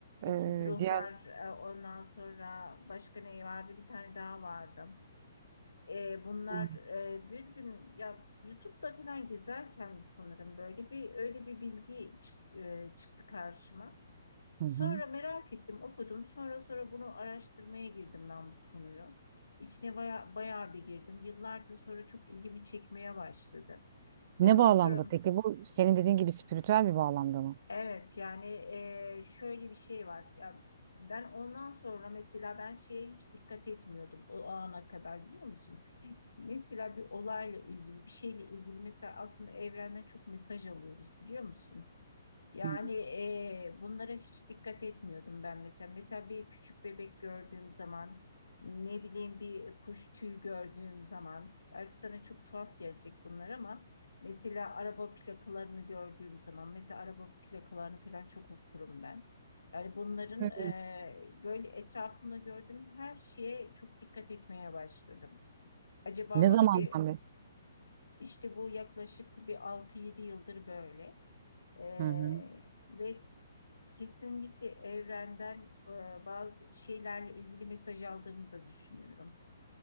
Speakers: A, on the left; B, on the right.
A: İkiz
B: e,
A: Ruh
B: diğer
A: var. e, Ondan sonra başka ne vardı? Bir tane daha vardı. E, bunlar
B: Hı
A: e, bir gün ya YouTube'da falan gezerken sanırım böyle bir öyle bir bilgi çı- e, çıktı karşıma.
B: hı.
A: Sonra
B: hı.
A: merak ettim, okudum. Sonra sonra bunu araştırmaya girdim ben bu konuyu. İçine baya, bayağı bir girdim. Yıllarca sonra çok ilgimi çekmeye başladı. Ondan
B: ne bağlamda
A: sonra
B: peki bu? Senin dediğin gibi spiritüel bir bağlamda mı?
A: Evet yani eee, şöyle bir şey var ya ben ondan sonra mesela ben şeye hiç dikkat etmiyordum o ana kadar biliyor musun? Mesela bir olayla ilgili bir şeyle ilgili mesela aslında evrenden çok mesaj alıyoruz biliyor musun? Yani
B: Hı
A: eee, bunlara hiç dikkat etmiyordum ben mesela. Mesela bir küçük bebek gördüğüm zaman, ne bileyim bir kuş tüyü gördüğüm zaman, belki sana çok tuhaf gelecek bunlar ama mesela araba plakalarını gördüğüm zaman, mesela araba plakalarını falan çok okurum ben. Yani bunların
B: Hı.
A: eee, böyle etrafımda gördüğüm her şeye çok dikkat etmeye başladım. Acaba
B: Ne
A: bana
B: zamandan
A: bir
B: beri?
A: işte bu yaklaşık bir altı yedi yıldır böyle. Eee
B: hı. hı.
A: ve Kesinlikle evrenden e, bazı şeylerle ilgili mesaj aldığımı da düşünüyorum.